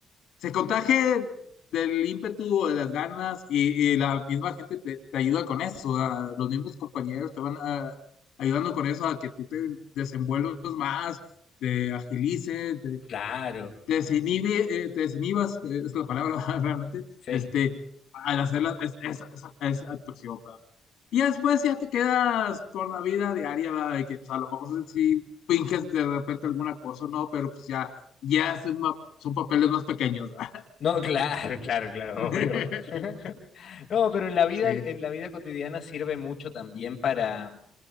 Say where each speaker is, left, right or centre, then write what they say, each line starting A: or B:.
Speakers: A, on the left (about 85°); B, on the left (about 45°).
A: se contagie del ímpetu, o de las ganas, y, y la misma gente te, te ayuda con eso, ¿va? Los mismos compañeros te van ah, ayudando con eso a que tú te desenvuelvas más, te agilices,
B: Claro,
A: te desinhibe, eh, te desinhibas, que es la palabra <laughs> realmente,
B: sí.
A: este, al hacer la- es- esa, esa- esa actuación, ¿verdad? Y ya después ya te quedas con la vida diaria, ¿verdad? De que pues, a lo mejor si finges de repente alguna cosa, ¿no? Pero pues ya, ya es una- son papeles más pequeños, ¿verdad?
B: No, <laughs> claro, claro, claro,
A: <laughs>
B: obvio. <laughs> No, pero en la vida,
A: Sí,
B: en la vida cotidiana sirve mucho también para,